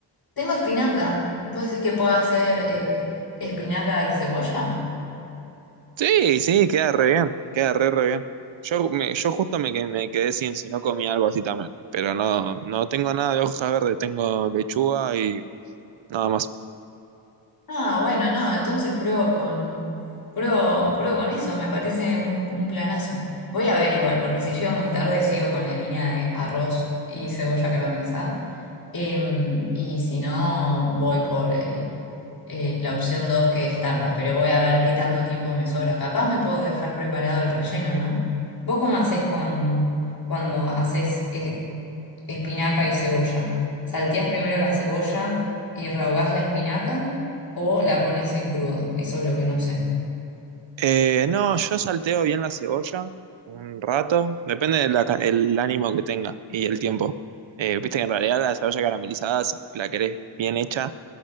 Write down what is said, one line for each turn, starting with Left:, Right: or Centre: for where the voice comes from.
Left: tengo espinaca. ¿Vos decís que puedo hacer eh, espinaca y cebolla?
Right: Sí, sí, queda re bien. Queda re, re bien. Yo, me, yo justo me, que- me quedé sin si no comí algo así también. Pero no, no tengo nada de hojas verdes. Tengo lechuga y nada más.
Left: Ah, bueno, no, entonces pruebo con, pruebo, pruebo con eso, me parece un, un planazo. Voy a ver igual, porque si llego muy tarde sigo con la línea de arroz y cebolla caramelizada. Em, y si no, voy por el, eh, la opción 2 que es tarta, pero voy a ver qué tanto tiempo me sobra. Capaz me puedo dejar preparado el relleno, ¿no? ¿Vos cómo haces con, cuando haces eh, espinaca y cebolla? ¿Salteás primero la cebolla y rehogás la espinaca? o la pones en crudo. Eso es lo que no sé.
Right: Eh, no, yo salteo bien la cebolla un rato, depende del el ánimo que tenga y el tiempo. Eh, viste que en realidad la cebolla caramelizada, si la querés bien hecha,